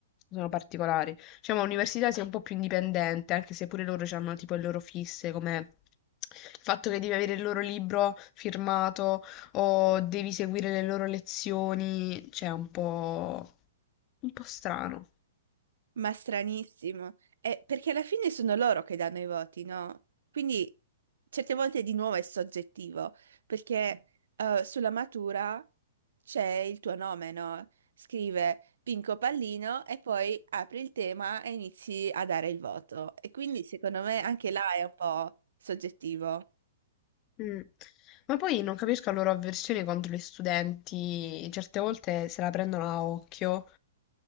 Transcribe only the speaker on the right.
Ma stranissimo. Eh, perché alla fine sono loro che danno i voti, no? Quindi certe volte di nuovo è soggettivo, perché eh, sulla matura c'è il tuo nome, no? Scrive Pinco Pallino e poi apri il tema e inizi a dare il voto. E quindi secondo me anche là è un po' soggettivo.